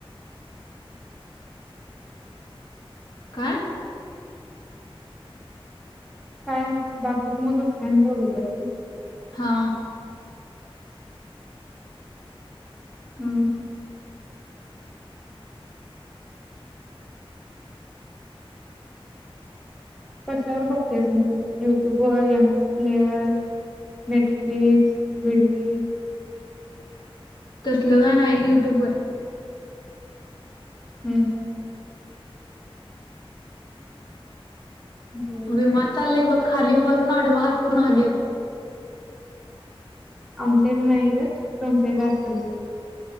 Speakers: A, on the left; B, in the centre.
A: का!
B: काय मं बाकीचं मग दुसऱ्यांचं बघितल कां तुम्ही.
A: हा!
B: हूं! कश्यावर बघतेयस म तू युट्यूब वर M S player. Netflix, VidMate.
A: कंसलं गाणं आहे युट्यूबवर?
B: हूं हूं! बर
A: विमान चालयय बघ, खाली उभारून आडवा हात करून हालीव.
B: आमच्या इथं नाहीच ये तुमच्या ईथ असेल ते.